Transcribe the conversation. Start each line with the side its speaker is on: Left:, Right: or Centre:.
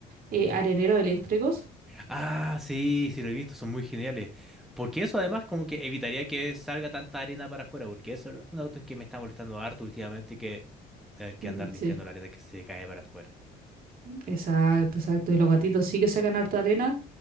Right: eh, areneros eléctricos.
Centre: Ah, sí, sí lo he visto, son muy geniales. Porque eso además como que evitaría que salga tanta arena para afuera, porque eso es una cuestión que me está molestando harto últimamente, que tener que
Right: Ujú,
Centre: andar limpiando
Right: Sí.
Centre: la arena que se cae para afuera.
Right: Exacto, exacto. Y los gatitos sí que sacan harta arena.